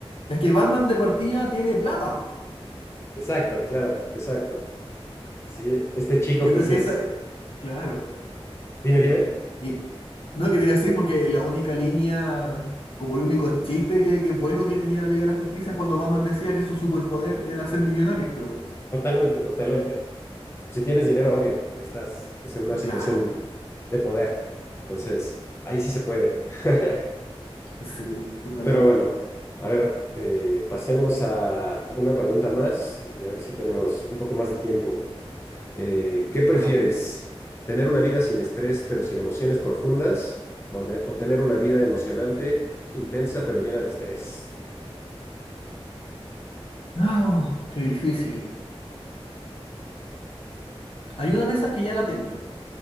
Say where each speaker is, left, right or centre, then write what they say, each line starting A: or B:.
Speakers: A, on the left; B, on the left.
A: Es que Batman de partida tiene plata.
B: Exacto, claro, exacto. Sí, este chico,
A: Yo
B: pues
A: creo que
B: es,
A: esa. Claro.
B: dime, dime,
A: Y no quería decir porque la única línea, como el único chiste que, que bueno que tenía la Liga de la Justicia es cuando Batman decía que su superpoder era ser millonario.
B: totalmente, totalmente. Si tienes dinero, obvio, estás pues, en una
A: Y
B: situación
A: Claro.
B: de poder. Entonces, ahí sí se puede. <laughs>
A: Sí, totalmente.
B: Pero bueno, a ver, eh, pasemos a una pregunta más y a ver si tenemos un poco más de tiempo. Eh, ¿qué prefieres?
A: Ajá.
B: ¿Tener una vida sin estrés pero sin emociones profundas? ¿O, de- o tener una vida emocionante, intensa pero llena de estrés?
A: Ah, qué difícil. Hay una de esas que ya la tengo.